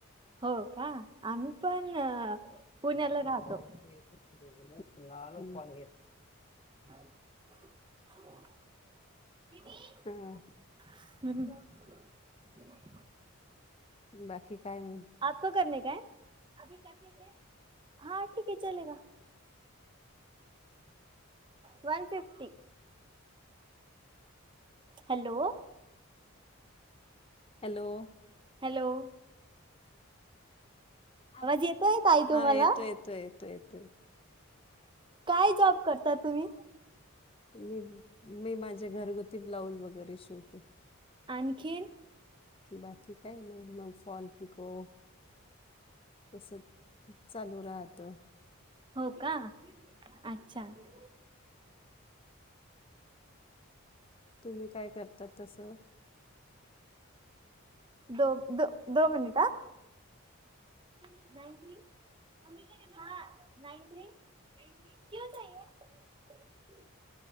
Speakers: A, on the right; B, on the left.
A: हो का, आम्ही पण पुण्याला
B: आच्याकडे
A: राहतो
B: पाऊस <unintelligible> नळालच पाणी येत
A: ह. <inaudible>
B: हा
A: हूं.
B: बाकी काय? म
A: आपको करनेका का है. हा, ठीक आहे चलेगा. One fifty. Hello.
B: Hello.
A: Hello.
B: आवाज येतो
A: येतोय ताई
B: का?
A: तुम्हाला
B: हा, येतोय, येतो, येतोय.
A: काय जॉब करता तुम्ही?
B: मी मी माझे घरगुती ब्लाऊज वगैरे शिवते.
A: आणखीन.
B: बाकी काही नाही, मग फॉल, पिको. तस चालू राहत.
A: हो का अच्छा. य.
B: तुम्ही काय करताात तसं.
A: दो द दो मिनिटा जायत्री. नान थ्री ना किे